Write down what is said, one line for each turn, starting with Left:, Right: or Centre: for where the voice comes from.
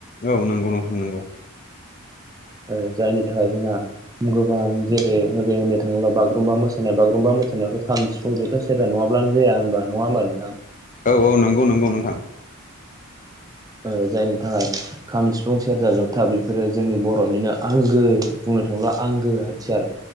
Left: औ नोंगौ नोंथां नोंगौ।
Right: ओ जायनि थाखाय जोंहा गोबां जेरै ओरै होननो थाङोब्ला बागुरुम्बा मोसानाय बागुरुम्बा मोसानायावाथ' खाम, सिफुं, जथा, सेरजा नङा ब्लानो जाया होनोमबा नङाबा नोंथां।
Left: औ औ नोंगौ नोंगौ नोंथां।
Right: ओ जायनि थाखाय खाम सिफुं सेरजा जथा बेफोरो जोंनि बर'निनो आंगो नो थाङोब्ला आंगो हथियार।